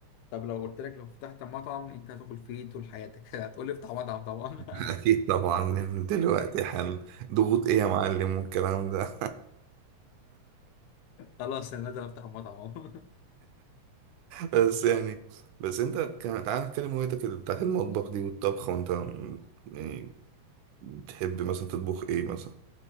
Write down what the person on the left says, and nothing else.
طب لو قلت لك لو فتحت مطعم انت هتاكل فيه إيه طول حياتك <laughs> هتقول لي افتح مطعم طبعا
<laughs>
خلاص انا نازل افتح مطعم اهو <laughs>